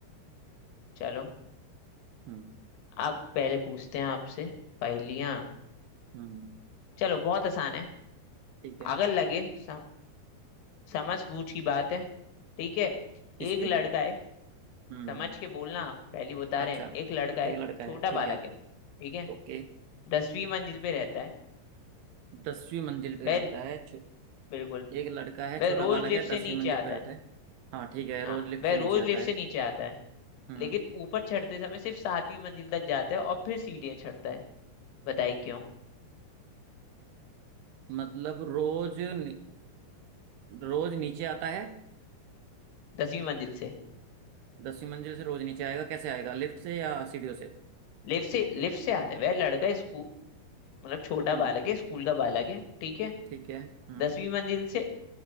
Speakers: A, on the left (about 75°); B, on the right (about 75°).
A: चलो
B: हम्म
A: अब पहले पूछते हैं आपसे पहेलियां
B: हम्म
A: चलो बहुत आसान है
B: ठीक है
A: अगर लगे सम, समझ बूझ की बात है ठीक है
B: किसकी
A: एक लड़का है
B: हम्म
A: समझ के बोलना पहली बता
B: अच्छा
A: रहे हैं एक लड़का है
B: एक लड़का
A: छोटा
B: है ठीक
A: बालक
B: है
A: है ठीक है
B: ओके
A: दसवीं मंजिल पे रहता है
B: दसवीं मंजिल पे
A: वह
B: रहता है छो,
A: बिल्कुल
B: एक लड़का है छोटा
A: वह रोज
B: बालक
A: लिफ्ट
B: है दसवीं
A: से नीचे
B: मंजिल
A: आता
B: पे रहता
A: है
B: है हाँ ठीक है रोज
A: हाँ
B: लिफ्ट
A: वह
B: से नीचे
A: रोज
B: आता
A: लिफ्ट
B: है
A: से नीचे आता है
B: हम्म
A: लेकिन ऊपर चढ़ते समय सिर्फ सातवीं मंजिल तक जाता है और फिर सीढ़ियां चढ़ता है बताइए क्यों
B: मतलब रोज नि, रोज नीचे आता है
A: दसवीं मंजिल से
B: दसवीं मंजिल से रोज नीचे आएगा कैसे आएगा लिफ्ट से या सीढ़ियों से
A: लिफ्ट से लिफ्ट से आता है वह लड़का स्कूल मतलब छोटा
B: हम्म
A: बालक है स्कूल का बालक है ठीक है
B: ठीक है हम्म
A: दसवीं मंजिल से